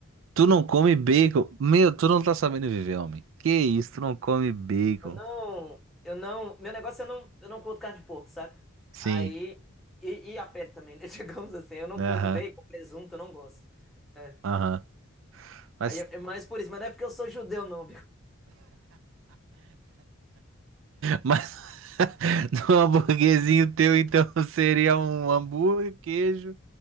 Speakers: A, on the right; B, in the centre.
A: Tu não come bacon? Meu, tu não tá sabendo viver, homem. Que isso, tu não come bacon?
B: Eu não, eu não, meu negócio é eu não, eu não curto carne de porco, saca?
A: Sim.
B: Aí, e, e a pele também, né? <laughs> Digamos assim, eu não
A: Aham.
B: curto bacon, presunto, eu não gosto. É.
A: Aham. Mas,
B: Aí é é mais por isso, mas não é porque eu sou judeu, não,
A: mas <laughs> no hamburguerzinho teu, então, <laughs> seria um hambúrguer, queijo